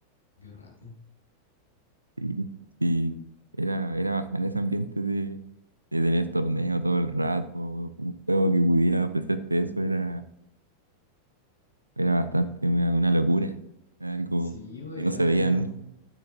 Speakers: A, on the left; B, on the right.
A: de rato.
B: Sí, sí. Era, era bacán ese ambiente de, de tener torneo todo el rato. Un juego que pudiera ofrecerte eso era, era bastante una, una locura. Era algo
A: Sí, pues,
B: que no
A: y ahora
B: se veía
A: no,